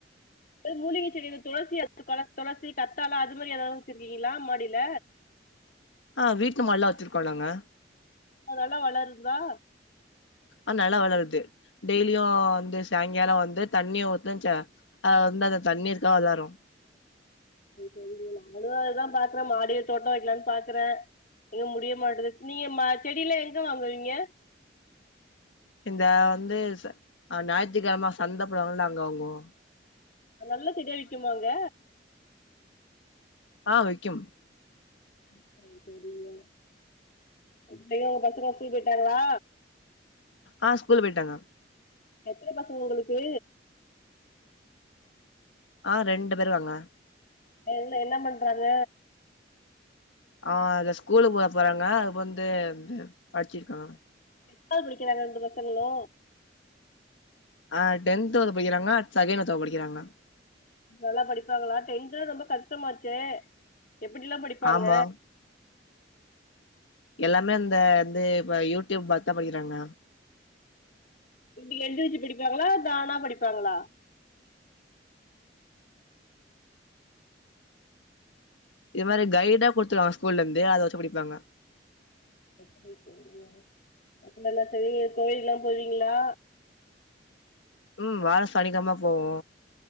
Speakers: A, on the left; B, on the left.
A: ஏ மூலிக செடி இந்த துளசி <inaudible> தொளசி கத்தாழ அது மாரி எதாவ்து வச்சிருக்கீங்களா மாடில
B: ஆ வீட்டு மாடில வச்சுருக்கோ நாங்க
A: அது நல்லா வளருதா
B: ஆ நல்லா வளருது டெய்லியு வந்து சாயங்கால வந்து தண்ணிய ஊத்துச்ச அத வந்து அ தண்ணி இருந்தா வளரு
A: <unintelligible> அதுனால தா பாக்குறே மாடிய தோட்டம் வைக்கலானு பாக்குறே எங்க முடிய மாட்டுது நீங்க மா செடில எங்க வாங்குவீங்க
B: இந்த வநது ச அ ஞாயித்துகெழம சந்தபோடுவாங்கல அங்க வாங்குவோ
A: நல்ல செடியா விக்குமா அங்க
B: ஆ விக்கு
A: சரி சரிங்க பைய உங்க பசங்க ஸ்கூல் போயிட்டாங்களா
B: ஆ ஸ்கூலு போயிட்டாங்க
A: எத்தன பசங்க உங்களுக்கு
B: ஆ ரெண்டு பேரு வாங்க
A: ல்ல என்ன பண்றாங்க
B: ஆ இ ஸ்கூலு போக போறாங்க அதுப்ப வந்து இந்த படிச்சிருக்காங்க
A: <unintelligible> படிக்கிறாங்க ரெண்டு பசங்களு
B: ஆ டென்த் ஒரு படிக்கிறாங்க செகண்ட் ஒருத்தவுஙக படிக்கிறாங்க
A: நல்லா படிப்பாங்களா டென்தலா ரொம்ப கஷ்டமாச்சே எப்படிலா படிப்பாங்க
B: ஆமா எல்லாமே அந்த வந்து ப யூடியூப் பாத்துதா படிக்கிறாங்க
A: இப்டி எந்திருச்சு படிப்பாங்களா தானா படிப்பாங்களா
B: இது மாரி கைடா குடுத்துருவாங்க ஸ்கூல இருந்து அத வச்சு படிப்பாங்க
A: <unintelligible> <unintelligible> ல்லா சரி கோயிலுக்கு எல்லா போவீங்களா
B: ம் வார சனிக்கிழம போவோ